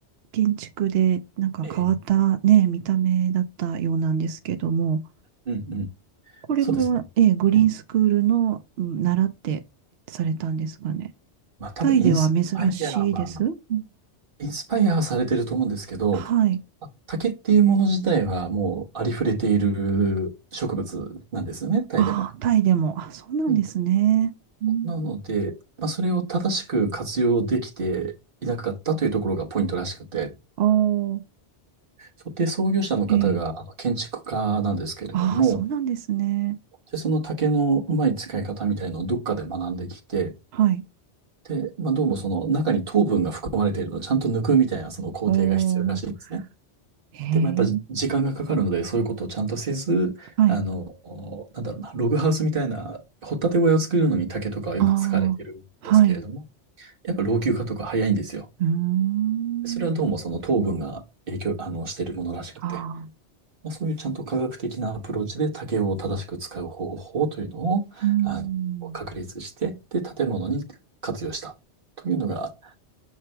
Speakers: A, on the right; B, on the right.
A: 建築でなんか変わったね、
B: ええ、
A: 見た目だったようなんですけども、
B: うんうん。
A: これも、
B: そうですね。
A: ええ、グリーンスクールのうん習ってされたんですかね。
B: ねまあ多分インスパイアは、
A: タイでは珍しいです。うん
B: インスパイアされてると思うんですけど、
A: はい。
B: あ竹っていうもの自体はもうありふれている植物なんですよね、タイでも。
A: ああ、タイでも。あ、そうなんですね。
B: うん、
A: うん。
B: なので、まあ、それを正しく活用できていなかったというところがポイントらしくて、
A: ああ、
B: そうで、創業者の方があの建築家なんですけれども、
A: ええ。ああ、そうなんですね。
B: で、その竹のうまい使い方みたいのをどっかで学んできて、
A: はい。
B: で、まあ、どうもその中に糖分が含まれているのをちゃんと抜くみたいなその工程が必要らしいんですね。
A: おー、へえ。
B: でもやっぱ時間がかかるので、そういうことをちゃんとせず、
A: はい。
B: あの、おなんだろうな、ログハウスみたいな、掘ったて小屋を作るのに竹とかはよく使われてるんですけれども、
A: ああ、はい。
B: やっぱ老朽化とか早いんですよ。
A: うーん。
B: それはどうもその糖分が影響、あの、してるものらしくて、
A: ああ、
B: まあ、そういうちゃんと科学的なアプローチで竹を正しく使う方法というのを、
A: うーん。
B: あの、確立して、で、建物に活用したというのが、